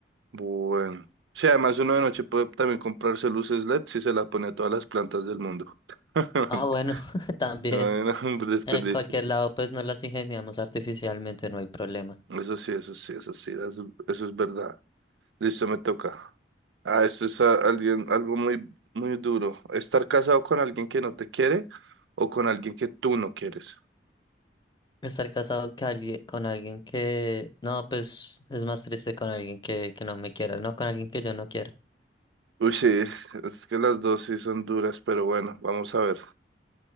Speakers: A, on the right (about 85°); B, on the left (about 25°).
A: Bueno. Sí, además uno de noche puede también comprarse luces LED si se las pone a todas las plantas del mundo. <laughs>
B: Ah, bueno, <laughs> también.
A: No hay ningún <laughs> desperdicio.
B: En cualquier lado pues nos las ingeniamos artificialmente, no hay problema.
A: Eso sí, eso sí, eso sí, eso, eso es verdad. Listo, me toca. Ah, esto es a- alguien, algo muy, muy duro. Estar casado con alguien que no te quiere o con alguien que tú no quieres.
B: Estar casado que alguien, con alguien que... No, pues es más triste con alguien que, que no me quiera, no con alguien que yo no quiera.
A: Uy, sí, <laughs> es que las dos sí son duras, pero bueno, vamos a ver.